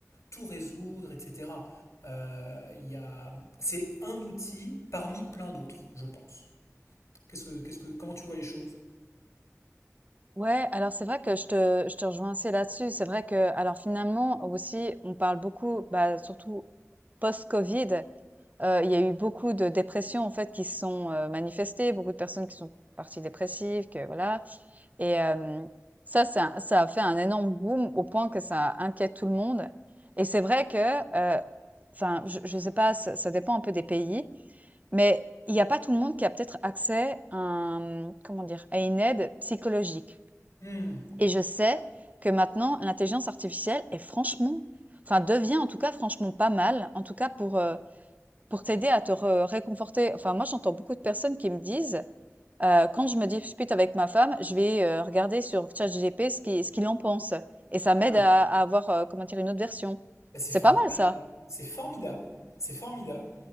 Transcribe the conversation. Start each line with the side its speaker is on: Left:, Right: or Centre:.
Left: tout résoudre, etc. Euh, il y a... C'est un outil parmi plein d'autres, je pense. Qu'est-ce que, qu'est-ce que, comment tu vois les choses?
Right: Ouais, alors c'est vrai que je te, je te rejoins assez là-dessus. C'est vrai que, alors finalement aussi, on parle beaucoup, bah, surtout post-Covid. Heu, il y a eu beaucoup de dépressions, en fait, qui se sont, heu, manifestées, beaucoup de personnes qui sont parties dépressives, que voilà et hem, ça, ça ça a fait un énorme boom au point que ça inquiète tout le monde et c'est vrai que, heu, enfin, je je sais pas, ça ça dépend un peu des pays, mais il y a pas tout le monde qui a peut-être accès à un, mmh, comment dire? À une aide psychologique
Left: Hmm.
Right: et je sais que maintenant l'intelligence artificielle est franchement enfin, devient en tout cas franchement pas mal, en tout cas pour, heu, pour t'aider à te re réconforter, enfin moi j'entends beaucoup de personnes qui me disent, heu, quand je me dispute avec ma femme, je vais, heu, regarder sur ChatGPT ce qui, ce qu'il en pense et ça
Left: Ah,
Right: m'aide à à avoir, heu, comment dire? Une autre version.
Left: bah c'est
Right: C'est
Left: formidable,
Right: pas mal ça.
Left: ça. C'est formidable. C'est formidable.